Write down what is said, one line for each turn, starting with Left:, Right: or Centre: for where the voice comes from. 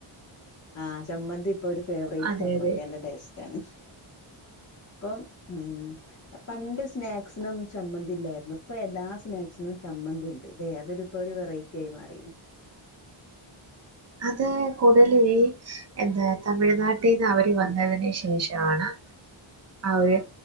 Left: ആ ചമ്മന്തി ഇപ്പൊ ഒരു ഫേവറേറ്റ്
Right: അതെ
Left: ചമ്മന്തി
Right: അതെ
Left: നല്ലടേസ്റ്റ് റ്റാണ് ഇപ്പം ഉം പണ്ട് സ്നാക് സിനൊന്നും ചമ്മന്തിയില്ലായിരുന്നു ഇപ്പൊ എല്ലാ സ്നാക്സി നും ചമ്മന്തിയിണ്ട് ഇതെതൊരുപ്പോ ഒരു വെറൈറ്റി ആയി മാറിണ്
Right: അത് കൂടുതലും ഈ എന്താ തമിഴ്നാട്ടീന്ന് അവർ
Left: ഉം
Right: വന്നതിനുശേഷം. ആണ് അഒരു